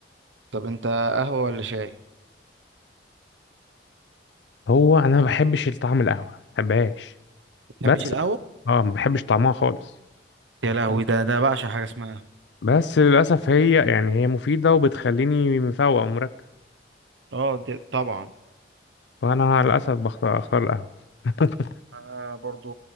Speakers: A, on the right (about 80°); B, on the left (about 75°).
A: طب انت قهوه ولا شاي
B: هو انا ما بحبش طعم القهوه ما بحبهاش
A: ما بتحبش
B: بس
A: القهوة؟
B: اه ما بحبش طعمها خالص
A: يا لهوي ده ده بعشق حاجة اسمها قهوة
B: بس للاسف هي يعني هي مفيده وبتخليني مفوق ومركز
A: اه دي طبعا
B: فانا للاسف بختار اختار القهوه <laughs>
A: انا برضو